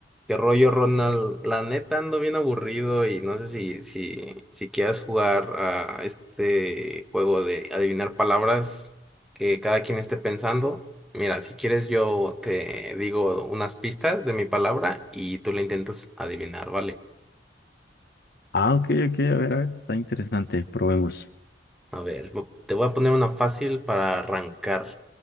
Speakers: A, in the centre; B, on the left (about 60°).
A: ¿Qué rollo, Ronald? La neta ando bien aburrido y no sé si, si, si quieras jugar a este juego de adivinar palabras que cada quien esté pensando. Mira, si quieres yo te digo unas pistas de mi palabra y tú la intentas adivinar, ¿vale?
B: Ah, ok, ok, a ver, a ver, está interesante, probemos.
A: A ver, vo- te voy a poner una fácil para arrancar.